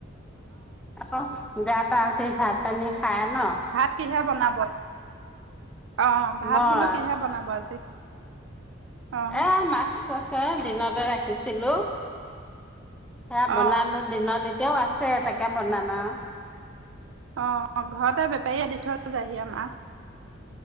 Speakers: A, in the centre; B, on the right.
A: আকৌ গা-পা ধুুই ভাত-পানী খাই ন'
B: ভাত কিহে বনাব অ' ভাত
A: মই
B: বোলো কিহে বনাব আজি? অঁ
A: এ মাছ আছে দিনতে ৰাখিছিলোঁ সেয়া বনালোঁ
B: অঁ
A: দিনত এতিয়াও আছে তাকে বনাম আৰু।
B: অ' ঘৰতে বেপাৰীয়ে দি থৈ যায়হি আমাৰ।